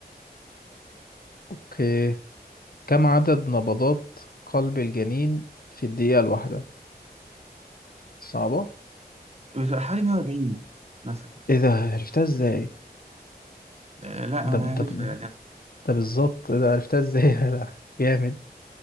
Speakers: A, on the left; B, on the right.
A: اوكي كم عدد نبضات قلب الجنين في الدقيقة الواحدة صعبة
B: بس حوالي 140 مثلا يعني
A: ايه ده عرفتها ازاي
B: آه لا انا
A: ده
B: عارفها
A: ده
B: يعني
A: ده بالظبط ايه ده عرفتها ازاي <laughs> ده جامد